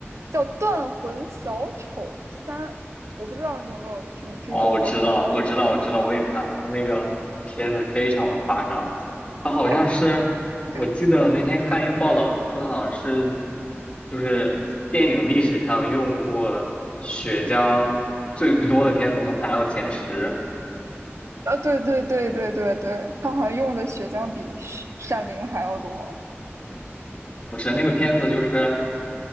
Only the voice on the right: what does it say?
叫《断魂小丑三》，我不知道你有没有听听说过？
哎，对，
啊，对对对对对对，他好像用的血浆比血闪灵还要多。